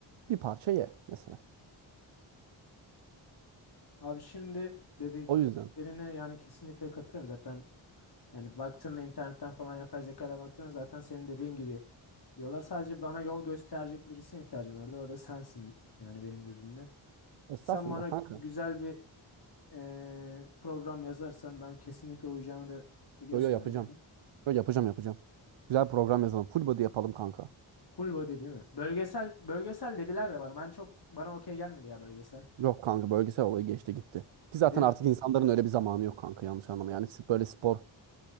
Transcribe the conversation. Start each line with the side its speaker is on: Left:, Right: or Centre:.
Right: Bir parça ye mesela.
Left: Abi şimdi dedik,
Right: O yüzden.
Left: dediklerine yani kesinlikle katılıyorum. Zaten Yani baktığında internetten falan yapay zekaya baktığında zaten senin dediğin gibi diyorlar. Sadece bana yol gösterecek birisine ihtiyacım vardı. O da sensin yani benim gözümde.
Right: Estağfurullah
Left: Sen bana
Right: kanka.
Left: güzel bir eee, program yazarsan ben kesinlikle uyacağımı da biliyorsundur
Right: Yo yo yapacağım.
Left: yani.
Right: Yo yapacağım yapacağım. Güzel program yazalım. Full body yapalım kanka.
Left: Full body değil mi? Bölgesel bölgesel dediler de bana. Ben çok bana okey gelmedi ya bölgesel.
Right: Yok kanka bölgesel olayı geçti gitti. Ki zaten
Left: Değil mi?
Right: artık insanların öyle bir zamanı yok kanka yanlış anlama. Yani sp- böyle spor